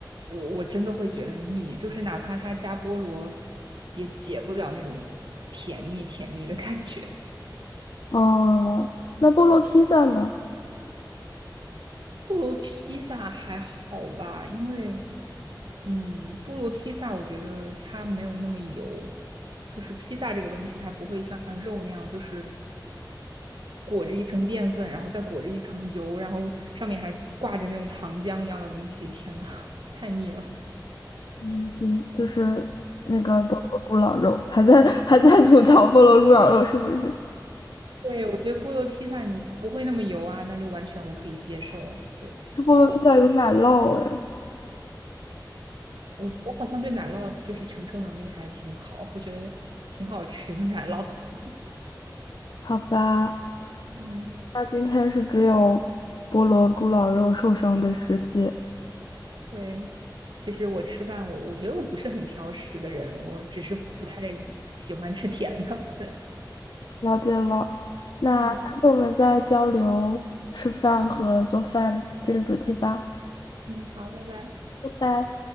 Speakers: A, on the right; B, on the left.
A: 我我真的会觉得腻。就是哪怕它加菠萝，也解不了那种甜腻甜腻的感觉。
B: 哦，那菠萝披萨呢？
A: 菠萝披萨还好吧，因为，嗯，菠萝披萨我觉得它没有那么油，就是披萨这个东西它不会像肉那样，就是裹着一层淀粉，然后再裹着一层油，然后上面还挂着那种糖浆一样的东西。天呐，<laughs> 太腻了。
B: 嗯，嗯就是那个菠萝咕咾肉，还在 <laughs> 还在吐槽菠萝咕咾肉是不是？
A: 对，我觉得菠萝披萨你不会那么油啊，那就完全我可以接受啊。对，
B: 这菠萝披萨有奶酪哎，
A: 我我好像对奶酪就是承受能力还挺好，我觉得挺好吃的奶酪。<laughs>
B: 好吧，
A: 嗯。
B: 那今天是只有菠萝咕咾肉受伤的世界。
A: 对，其实我吃饭，我我觉得我不是很挑食的人，我只是不太喜欢吃甜的。对，
B: 了解了。那下次我们再交流吃饭和做饭这个主题吧，
A: 嗯嗯，好，拜拜。
B: 拜拜。